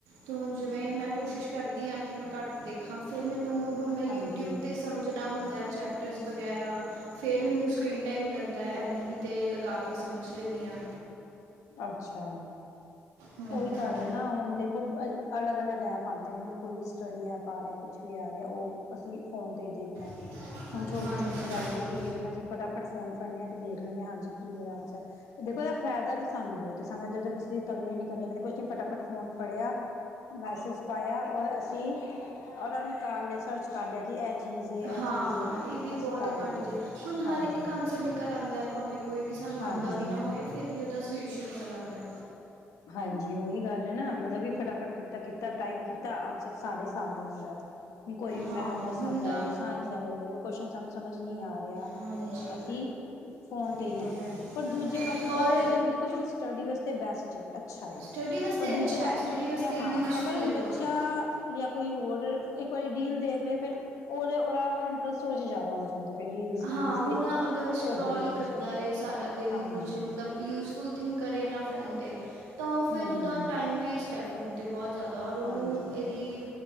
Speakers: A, on the right (about 85°); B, on the left (about 70°).
A: ਤੇ ਹੁਣ ਜਿਵੇਂ ਮੈਂ ਕੋਸ਼ਿਸ਼ ਕਰਦੀ ਆ ਕਿ ਮੈਂ ਘੱਟ ਦੇਖਾਂ, ਫੇਰ ਮੈਨੂੰ ਹੁਣ ਮੈਂ ਯੂਟਿਊਬ
B: ਹਾਂਜੀ
A: ਤੇ ਸਮਝਣਾ ਹੁੰਦਾ ਚੈਪਟਰਸ ਵਗੈਰਾ, ਫਿਰ ਮੈਨੂੰ ਸਕਰੀਨ ਟਾਈਮ ਹੀ ਲੱਗਦਾ, ਐਲ ਈ ਡੀ ਤੇ ਲਗਾ ਕੇ ਸਮਝ ਲੈਂਨੀ ਆ।
B: ਅੱਛਾ!
A: ਹੂੰ
B: ਉਹੀ ਗੱਲ ਏ ਨਾ, ਹੁਣ ਦੇਖੋ ਅਲੱਗ- ਅਲੱਗ ਐਪ ਆਂਦੇ ਨੇ, ਹੁਣ ਕੋਈ ਵੀ ਸਟੱਡੀ ਐਪ ਆ ਰਿਹਾ। ਕੁਛ ਵੀ ਆ ਰਿਹਾ, ਉਹ ਅਸੀਂ ਫੋਨ ਤੇ ਹੀ ਦੇਖਣਾ।
A: <unintelligible>
B: ਹੁਣ ਛੋਟੀ,
A: ਹਾਂਜੀ
B: ਛੋਟੀ ਗੱਲ
A: ਹਮ,
B: ਕੁਛ ਵੀ ਦੇਖਣਾ ਜੀ, ਫਟਾਫਟ ਫੋਨ ਫੜਨੇ ਆ ਤੇ ਦੇਖ ਲੈਣੇ ਹਾਂਜੀ ਕੀ ਆਇਆ ਅੱਜ। ਦੇਖੋ ਇਹਦਾ ਫਾਇਦਾ ਵੀ ਸਾਨੂੰ ਬਹੁਤ, ਸਾਨੂੰ ਏਰ ਕਿਸ ਤਰਲੇ ਨੀ ਕਰਨੇ ਪੈਂਦੇ, ਕੁਛ ਨੀ ਫਟਾਫਟ ਫੋਨ ਫੜਿਆ ਮੈਸੇਜ ਪਾਇਆ, ਔਰ ਅਸੀਂ ਔਰ ਨਿਕਾਲ ਲਿਆ ਸਰਚ ਕਰ ਲਿਆ ਕਿ ਇਹ ਚੀਜ਼ ਇਹ
A: ਹਾਂ,
B: ਚੀਜ਼
A: ਹਾਂ ਇਹਦੀ
B: ਅਸੀਂ
A: ਬਹੁਤ
B: ਕਰ
A: ਐਡਵਾਂਟੇਜ
B: ਲਈ
A: ਹੈ, ਹੁਣ
B: ਹਾਂਜੀ
A: ਹਰੇਕ ਆਂਸਰ ਨਿਕਲ ਆਂਦਾ ਹੈ ਭਾਵੇਂ ਕੋਈ ਵੀ ਸਾਨੂੰ
B: ਹਾਂਜੀ
A: ਆੰਦਾ ਵੀ ਨਾ ਹੋਏ, ਫੇਰ ਵੀ ਓਦਾ ਸਲਿਊਸ਼ਨ ਨਿਕਲ ਆਂਦਾ‌।
B: ਹਾਂਜ- ਜੀ ਓਹੀ ਗੱਲ ਐ ਨਾ ਮਤਲਬ ਫਟਾਫਟ ਕੱਡਾ ਕੀਤਾ, ਟਾਈਪ ਕੀਤਾ ਆਂਸਰ ਸਾਡੇ ਸਾਮਣੇ ਹੁੰਦਾ ਏ। ਕੋ ਵੀ
A: ਹਾਂ
B: ਮੈਥ ਦਾ
A: ਹੁਣ
B: ਸਮ ਲੈ
A: ਤਾਂ
B: ਲੋ, ਸਾਇੰਸ ਦਾ ਲੈਲ ਲਵੋ ਕੁਸ਼ਚਨ ਸਾਨੂੰ ਸਮਝ ਨੀ ਆ ਰਿ ਰਿਆ,
A: ਹਾਂਜੀ
B: ਅਸੀਂ ਫੋਨ ਤੇ
A: ਇਹ
B: ਈ ਹਾਂ।
A: ਹੈ
B: ਪਰ ਦੂਜੇ ਪਾਸੇ ਦੇਖਿਆ
A: ਔਰ
B: ਜਾਏ, ਹੁਣ ਦੇਖੋ ਚਲੋ ਸਟੱਡੀ ਵਸਤੇ ਬੈਸਟ। ਤੇ ਅੱਛਾ ਏ।
A: ਸਟੱਡੀ ਵਾਸਤੇ
B: ਪਰ ਦੂਜੇ
A: ਅੱਛਾ
B: ਪਾਸੇ
A: ਹੈ ਸਟੱਡੀ
B: ਦੇਖਿਆ,
A: ਵਾਸਤੇ ਯੂਜ਼ਫੁਲ
B: ਹਾਂ ਅਗਰ ਹੁਣ
A: ਹੈ ਬਹੁਤ
B: ਬੱਚਾ ਜਾਂ ਕੋਈ ਔਰ ਇੱਕ ਵਾਰੀ ਡੀਲ ਦੇਖ ਲਏ, ਫੇਰ ਓ ਓਦਾ ਇੰਟਰਸਟ ਓਦੇ 'ਚ ਜਾਦਾ ਓ ਜਾਂਦਾ। ਫਿਰ ਰੀਲਸ ਰੀਲਸ
A: ਹਾਂ ਹੁਣ
B: ਦੇ
A: ਅਗਰ ਸਕਰੋਲ
B: ਉਹੀ ਦੇਖੀ
A: ਈ ਕਰਦਾ
B: ਜਾਏਗਾ
A: ਰੇ, ਸਾਰਾ ਦਿਨ
B: ਹਾਂਜੀ
A: ਕੁਛ ਮਤਲਬ- ਯੂਜਫੁਲ ਥਿੰਕ ਕਰੇ ਨਾ ਫ਼ੋਨ ਤੇ, ਤਾਂ ਓ ਫੇਰ
B: ਹੂੰ
A: ਓਦਾ ਟਾਈਮ ਵੇਸਟ ਐ। ਫੋਨ ਤੇ ਬੋਤ ਜਾਦਾ ਔਰ ਓਨੂੰ
B: ਹਾਂਜੀ।
A: ਏਦੀ